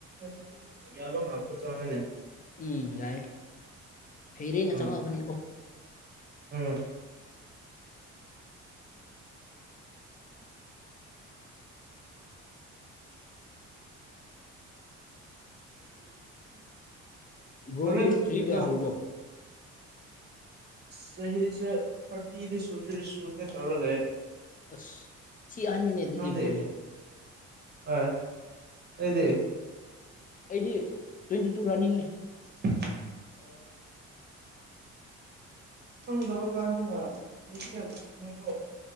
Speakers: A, on the right; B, on the left.
A: ꯑꯗꯨꯝ ꯌꯥꯕ ꯉꯥꯛꯇ ꯆꯪꯉꯦꯅꯦ
B: ꯎꯝ ꯌꯥꯏꯌꯦ ꯍꯩꯔꯦꯅ
A: ꯎꯝ
B: ꯆꯪꯉꯛꯑꯕꯅꯦꯀꯣ
A: ꯎꯝ
B: ꯕ꯭ꯔꯣꯗꯤ
A: ꯍꯣꯔꯦꯟ
B: ꯆꯍꯤ
A: ꯀꯩꯅꯣ
B: ꯀꯌꯥ ꯁꯨꯔꯕꯣ
A: ꯆꯍꯤꯁꯦ ꯊꯥꯔꯇꯤꯗꯤ ꯁꯨꯗ꯭ꯔꯤ ꯁꯨꯒꯦ ꯇꯧꯔ ꯂꯩ
B: ꯑꯁ ꯊꯤ ꯑꯍꯟꯅꯤꯅꯦ ꯑꯗꯨꯗꯤ
A: ꯅꯪꯗꯤ
B: ꯕ꯭ꯔꯣꯁꯦ
A: ꯍꯣꯏ ꯑꯩꯗꯤ
B: ꯑꯩꯗꯤ ꯇ꯭ꯋꯦꯟꯇꯤ ꯇꯨ ꯔꯟꯅꯤꯡꯅꯦ
A: <unintelligible> ꯈꯪꯗꯕ ꯀꯥꯟꯗꯅ <unintelligible> ꯄꯅꯦꯀꯣ